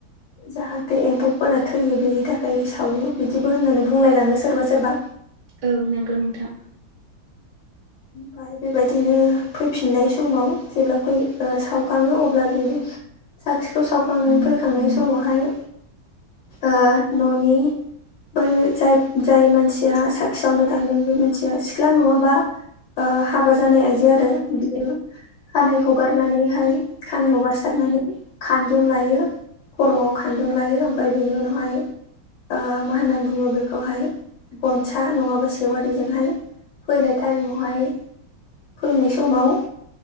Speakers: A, on the left; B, on the right.
A: जाहाथे एम्फौफोरा थैयो बेनि थाखाय सावो बिदिबो होननानै बुंलायलाङो सोरबा सोरबा।
B: औ नोंगो नोंथां।
A: फाय बेबायदिनो फैफिननाय समाव जेब्ला फै ओ साव खाङो अब्ला जोङो साखिखौ सावखांनानै फैखांनाय समावहाय ओ न'नि बै जाय जाय मानसिया साखि सावनो थांदों बे मानसिया सिख्ला नङाबा ओ हाबा जानाय आइजो आरो बियो खानाय हगारनानैहाय खानाय हगारसारनानै खानजं लायो। खर'आव खानजं लायो। ओमफाय बेनि उनावहाय ओ मा होनना बुङो बेखौहाय गनसा नङाबा सेवारिजोंहाय फैनाय टायमावहाय फैनाय समाव